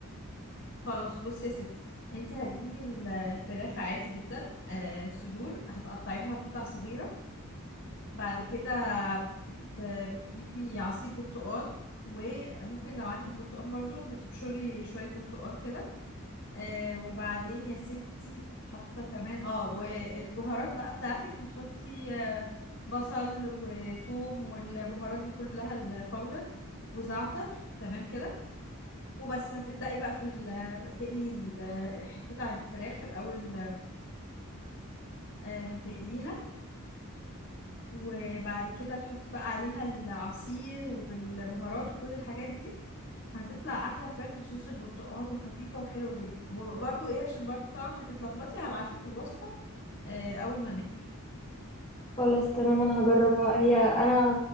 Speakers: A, on the left; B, on the left.
A: خلاص بصي يا ستي انت هتجيبي الفراخ عادي جدا آه، صدور هتقطعيها قطع صغيرة بعد كده بت- بتجيبي عصير برتقال وممكن لو عندك برتقال برضو بتبشري شوية برتقال كده آه وبعدين يا ستي كنت حاطة كمان اه والبهارات بقى بتاعتك هتحطي آه بصل وثوم والبهارات دي كلها الباودر وزعتر تمام كده وبس هتبدأي بقى في ال- تقلي ال- آه، قطع الفراخ الأول آه هتقليها وبعد كده تحطي بقى عليها العصير والبهارات وكل الحاجات دي هتطلع احلى فراخ بصوص البرتقال وخفيفه وحلوه جدا وبرده ايه عشان برده طبعا هتتلخبطي هبعتلك الوصفه آه، اول ما نقفل
B: خلاص تمام انا هجربها هي انا